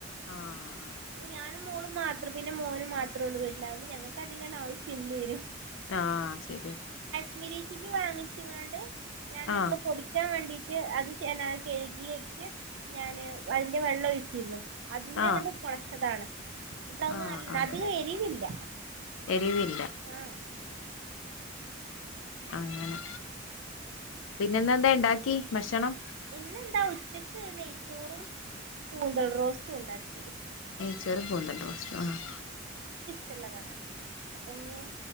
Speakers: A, on the left; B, on the right.
A: ആഹ്
B: ഇനി ഞാൻ ഉം മോളും മാ അത്ര പിന്നെ മോന് മാത്രള്ളൂ വീട്ടില് അതുകൊണ്ട് ഞങ്ങൾക്ക് അധികാണ്ട് ആവശ്യം ഇല്ലേനു
A: ആ ശെരിയാ
B: ശ്മീരി ചില്ലി വാങ്ങിച്ച്ങ്ങാണ്ട് ഞാൻ
A: ആഹ്
B: നമ്മള് പൊടിക്കാൻ വേണ്ടി അത് ച ന്നാ കഴ്കിയിട്ട് ഞാന് അതിന്റെ വെള്ളം ഒഴ്ച്ചീന്ന് അതിന്റെങ്ങട്
A: ആഹ്
B: പ അതാണ് ഇതാകുമ്പോ
A: ആഹ്
B: നൽ
A: ആഹ്
B: അധികം എരിവില്ല
A: എരിവില്ല
B: ആ
A: അങ്ങനെ പിന്നെന്നെന്തേണ്ടാക്കി ഭഷണം
B: ഇന്നെന്താ ഉച്ചക്ക് നെയ്ച്ചോറും കൂന്തൾ റോസ്റ്റുണ്ടാ ക്കി
A: ടീച്ചറ് <unintelligible>
B: ടല്ലതാണത് അപ്പൊഞ്ഞ്